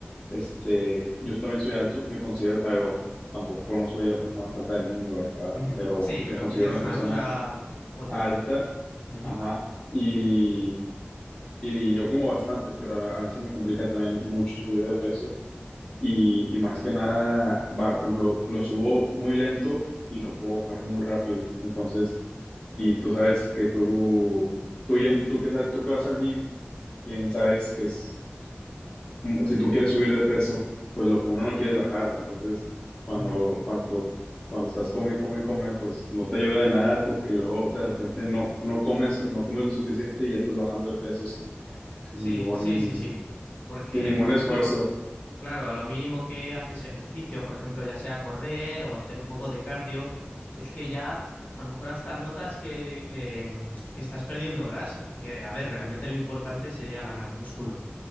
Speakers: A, on the left; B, on the left.
A: Este, yo también soy alto, me considero, tago- tampoco no soy la persona más alta del mundo, ¿verdad?
B: Ujú.
A: Pero
B: Sí, pero
A: me considero
B: que tienes
A: una persona
B: una altura potente.
A: alta
B: Ujú,
A: Ajá. Y, y yo como bastante, pero a, a mí se me complica también mucho subir de peso y, y más que nada, va, por ejemplo, lo subo muy lento y lo puedo bajar muy rápido. Entonces, y tú sabes que tú, tú, y en- tú que, sa- tú que vas al gym, bien sabes que es, mm, si tú quieres subir de peso, pues lo que uno no quiere es bajar. Entonces, cuando,
B: ujú.
A: cuando, cuando estás come, y come, y come, pues no te ayuda de nada porque luego de repente no, no comes o que no comes lo suficiente y ya estás bajando de peso sin, sin
B: Sí,
A: ningún,
B: sí, sí, sí. Porque,
A: sin ningún
B: por ejemplo,
A: esfuerzo.
B: claro, a lo mínimo que haces ejercicio, por ejemplo, ya sea correr o hacer un poco de cardio, es que ya a lo mejor hasta notas que, que, que estás perdiendo grasa. Que, a ver, realmente lo importante sería ganar músculo.